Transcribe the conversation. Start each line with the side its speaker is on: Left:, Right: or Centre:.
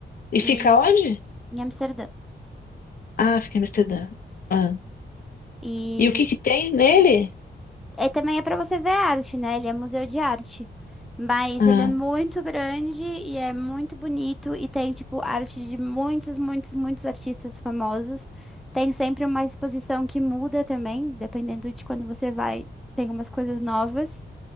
Left: E
Centre: e
Left: fica onde?
Centre: em Amsterdã.
Left: Ah, fica em Amsterdã. Ah.
Centre: é.
Left: E o que que tem nele?
Centre: É, também é para você ver arte, né? Ele é museu de arte. Mas
Left: Ah.
Centre: ele é muito grande e é muito bonito e tem, tipo, arte de muitos, muitos, muitos artistas famosos. Tem sempre uma exposição que muda também, dependendo de quando você vai, tem umas coisas novas.